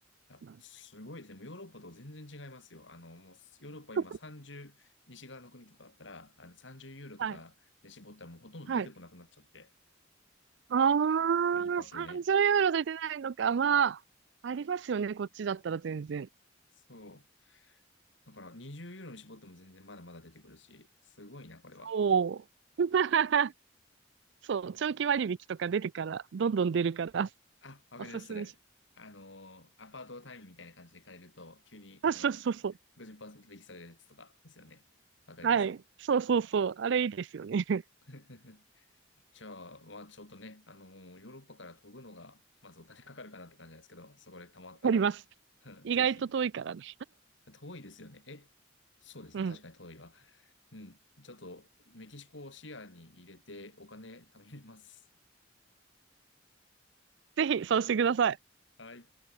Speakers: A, on the left (about 70°); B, on the right (about 65°).
A: あ、
B: なの。
A: すごいですね。もうヨーロッパと全然違いますよ。あの、もうヨーロッパ今30、
B: <laughs>
A: 西側の国とかだったら、あの30ユーロとかで絞ったらもうほとんど出てこなくなっちゃって。
B: はい。はい。あ
A: 一泊でね。
B: あ、30ユーロで出ないのか。まあ、ありますよね。こっちだったら全然。
A: そう。だから20ユーロに絞っても全然まだまだ出てくるし、すごいな、これは。
B: そう。<laughs> そう。長期割引とか出てから、どんどん出るから、
A: あ、わかります、
B: おすすめし。
A: それ。あのー、アパート単位みたいな感じで借りると、急に、
B: あ、
A: あの、
B: そうそうそう。
A: 50%引きされるやつとかですよね。わかります。
B: はい。そうそうそう。あれいいですよね。<laughs>
A: <laughs> じゃあ、まあちょっとね、あのーヨーロッパから飛ぶのが、まずお金かかるかなって感じなんですけど、そこで貯まったら、
B: あります。
A: <laughs>
B: 意外と遠いからね。
A: ぜひ。遠いですよね。え、そうですね。
B: うん。
A: 確かに遠いわ。うん。ちょっと、メキシコを視野に入れてお金貯めます。
B: ぜひ、そうしてください。
A: はい。